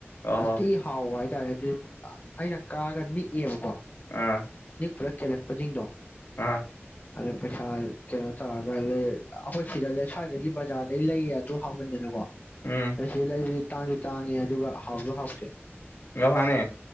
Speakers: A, on the left; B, on the left.
A: ꯑꯣꯍꯣ
B: ꯑꯁꯤ ꯍꯥꯎꯏ ꯍꯥꯏꯇꯥꯔꯦ ꯑꯗꯨꯗꯤ ꯑꯩꯅ ꯀꯥꯔꯒ ꯅꯤꯛꯑꯕ
A: ꯑꯥ
B: ꯄꯨꯔꯥ ꯀꯦꯜꯂꯛꯄꯁꯤꯡꯗꯣ
A: ꯑꯥ
B: ꯑꯗ ꯄꯩꯁꯥ ꯀꯩꯅꯣ ꯇꯧꯔꯒ ꯂꯩ ꯑꯩꯈꯣꯏ ꯁꯤꯗ ꯂꯩ ꯁ꯭ꯋꯥꯏꯗꯒꯤ ꯕꯖꯥꯔꯗꯗꯒꯤ ꯂꯩꯌꯦ ꯣ ꯍꯥꯡꯃꯗꯅꯀꯣ
A: ꯎꯝ
B: ꯁꯤ ꯂꯥꯏꯕ꯭ꯔꯦꯔꯤ ꯇꯥꯡꯁꯨ ꯇꯥꯡꯉꯦ ꯑꯗꯨꯒ ꯍꯥꯎꯁꯨ ꯍꯥꯎꯇꯦ
A: ꯉꯃꯥꯅꯦ